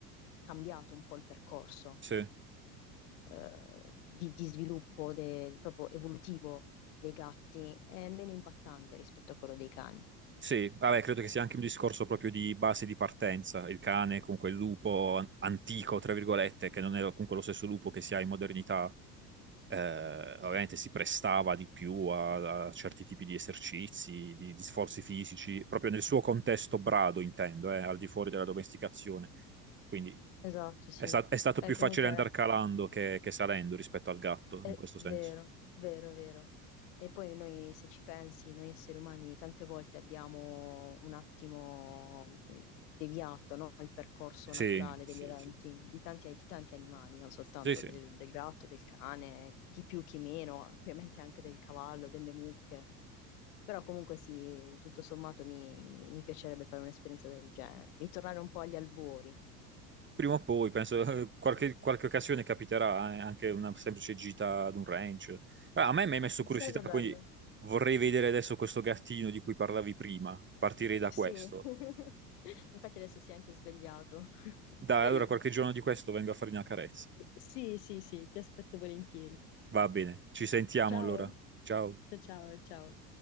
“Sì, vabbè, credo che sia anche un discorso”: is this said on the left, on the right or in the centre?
Right